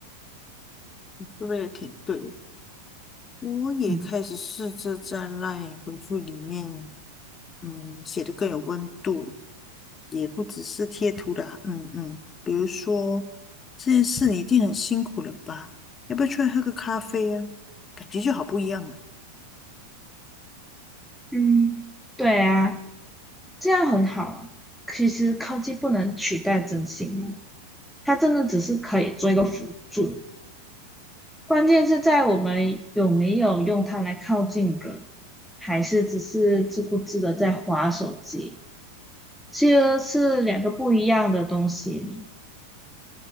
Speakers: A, on the left; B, in the centre.
A: 这个也挺对的。我也开始试着在
B: 嗯
A: LINE 回复里面。嗯，写的更有温度，也不只是贴图啦。嗯嗯，比如说这件事你一定很辛苦了吧？要不要出来喝个咖啡啊？感觉就好不一样了。
B: 嗯，对啊。这样很好啊。其实科技不能取代真心啊它真的只是可以做一个辅助，关键是在我们有没有用它来靠近人，还是只是自顾自的在划手机，其实是两个不一样的东西。